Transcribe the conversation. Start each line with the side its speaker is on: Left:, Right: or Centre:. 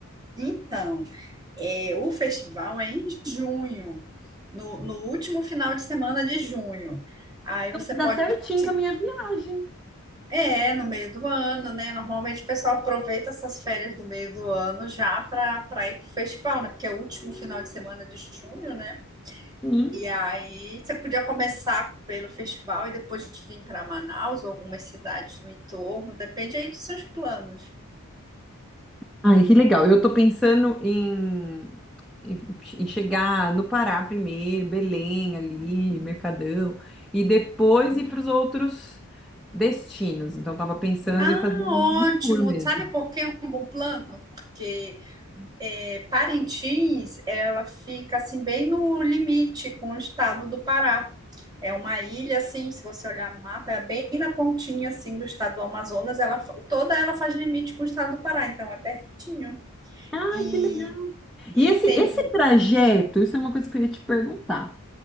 Right: então, é, o festival é em junho, no, no último final de semana de junho. Aí você
Centre: Vai
Right: pode,
Centre: dar certinho
Right: se-
Centre: com a minha viagem.
Right: é, no meio do ano, né? Normalmente o pessoal aproveita essas férias do meio do ano já para para ir para o festival, né? Porque é o último final de semana de junho, né?
Centre: Sim.
Right: E aí você podia começar pelo festival e depois vir para Manaus ou algumas cidades no entorno, depende aí dos seus planos.
Centre: Ai, que legal. Eu tô pensando em, em, em chegar no Pará primeiro, Belém ali, Mercadão, e depois ir para os outros destinos. Então, tava pensando
Right: Ah,
Centre: em fazer um
Right: ótimo!
Centre: tour mesmo.
Right: Sabe por que é um bom plano? Porque é, Parintins, ela fica assim bem no limite com o estado do Pará. É uma ilha assim, se você olhar no mapa, é bem na pontinha assim do estado do Amazonas, ela fa- toda ela faz limite com o estado do Pará, então é pertinho.
Centre: Ai,
Right: E
Centre: que legal!
Right: e
Centre: E esse,
Right: tem
Centre: esse
Right: vo-
Centre: trajeto, isso é uma coisa que eu ia te perguntar.